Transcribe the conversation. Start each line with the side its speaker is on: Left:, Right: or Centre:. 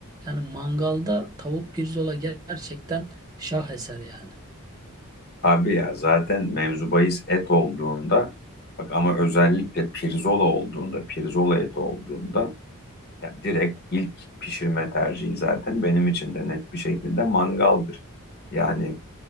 Right: Yani mangalda tavuk pirzola gerçekten Şaheser yani.
Left: Abi ya zaten mevzu bahis et olduğunda bak ama özellikle pirzola olduğunda pirzola eti olduğunda ya direkt ilk pişirme tercihi zaten benim için de net bir şekilde mangaldır. Yani